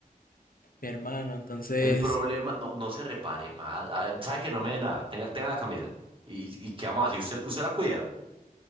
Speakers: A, on the left; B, on the right.
A: mi hermano, entonces...
B: El problema, no, no se repare más. Ah, Sabe que no me dé nada. Tenga, tenga la camisa. ¿Y, y qué vamos a hacer? ¿Usted, usted la cuida?